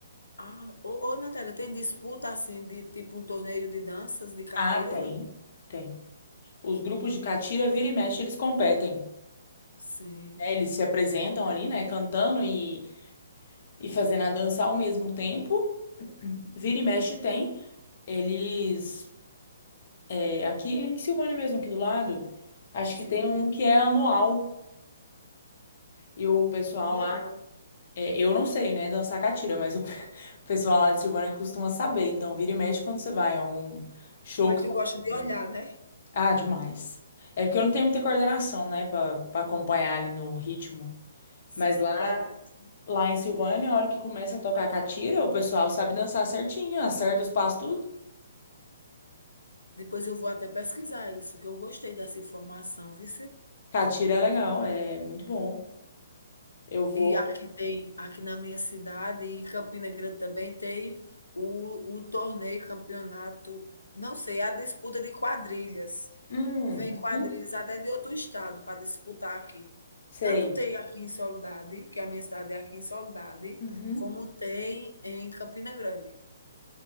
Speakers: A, on the left; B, on the left.
A: Ah, ô, ô Natália, tem disputa assim de tipo um torneio de danças de catira
B: Ah, tem.
A: ou não?
B: Tem. Os grupos de catira, vira e mexe, eles competem.
A: Sim,
B: né? Eles se apresentam ali, né? Cantando e, e fazendo a dança ao mesmo tempo. Vira e mexe tem. Eles. é, aqui é em Silvânia mesmo, aqui do lado. Acho
A: sim,
B: que tem um que é anual. E o pessoal
A: que legal.
B: lá. é, eu não sei, né, dançar catira, mas o <laughs> o pessoal lá de Silvânia costuma saber. Então, vira e mexe quando você vai em algum show
A: Mas
B: que
A: tu
B: tá passando.
A: gosta de olhar, né?
B: Ah, demais. É porque eu não tenho muita coordenação, né, pra, pra acompanhar ali no ritmo.
A: Sim,
B: Mas lá.
A: para dança.
B: Lá em Silvânia, a hora que começa a tocar catira, o pessoal sabe dançar certinho, acerta os passos, tudo.
A: Depois eu vou até pesquisar isso, que eu gostei dessa informação, viu?
B: Catira é legal, é muito bom. Eu vou.
A: E aqui tem aqui na minha cidade e em Campina Grande também tem o o torneio, campeonato, não sei, é a disputa de quadrilhas.
B: Hum,
A: Vem quadrilhas
B: uhum,
A: até de outro estado para disputar aqui.
B: sei.
A: Tanto tem aqui em Soledade, que a minha cidade é aqui em Soledade,
B: Uhum.
A: como tem em Campina Grande.